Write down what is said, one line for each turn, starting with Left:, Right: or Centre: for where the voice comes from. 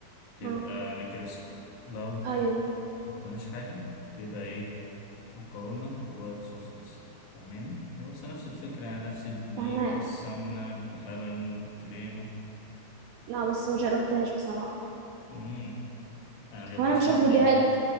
Left: تبقى
Right: اه
Left: نجرسكو لو
Right: ايوه
Left: ما حطيناش حاجة هتبقى ايه مكرونة بالوايت صوص بس فاهماني هي بص نفس الفكرة يعني نفس الدقيق
Right: فهماك
Left: بالسمنة باللبن بالكريمة
Right: لا بس ما جربتهاش بصراحه
Left: مم. أنا مجبتش
Right: وانا بشوف
Left: لوحديها
Right: فيديوهات